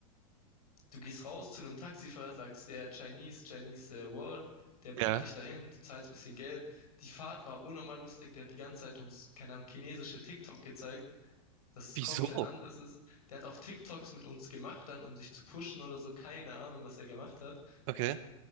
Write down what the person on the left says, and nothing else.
Du gehst raus zu einem Taxifahrer, sagst, ja, Chinese, Chinese äh, Wall, der bringt
dich dahin, du zahlst ein bisschen Geld. Die Fahrt war unnormal lustig, der hat die ganze Zeit uns, keine Ahnung, chinesische TikTok gezeigt das ist
komplett anders ist. Der hat auch TikToks mit uns gemacht, dann um sich zu pushen oder so, keine Ahnung, was er gemacht hat.